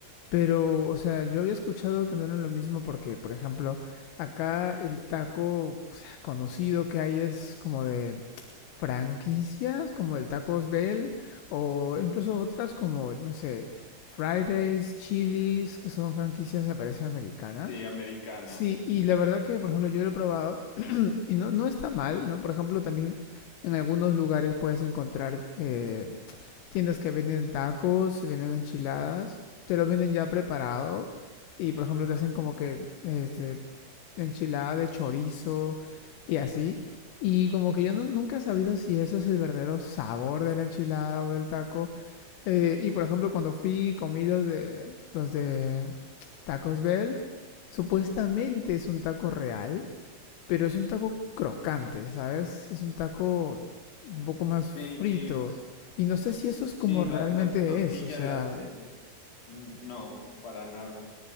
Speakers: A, on the left; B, on the left.
A: Pero, o sea, yo había escuchado que no era lo mismo porque, por ejemplo, acá el taco o sea, conocido que hay es como de franquicias, como el Tacos Bell, o incluso otras como, no sé, Fridays, Chili's, que son franquicias, me parece, americanas.
B: Sí, americanas.
A: Sí, y la verdad que, por ejemplo, yo lo he probado y no, no está mal, ¿no? Por ejemplo, también en algunos lugares puedes encontrar, eh, tiendas que venden tacos, venden enchiladas, te lo venden ya preparado y por ejemplo te hacen como que este enchilada de chorizo y así. Y como que yo no- nunca he sabido si eso es el verdadero sabor de la enchilada o del taco. Eh, y por ejemplo, cuando fui comí los de los de Tacos Bell, supuestamente es un taco real, pero es un taco crocante, ¿sabes? Es un taco un poco más frito.
B: Sí,
A: Y no sé si eso es
B: sí,
A: como realmente
B: la, la tortilla
A: es, o sea,
B: la hacen, mm, no, para nada.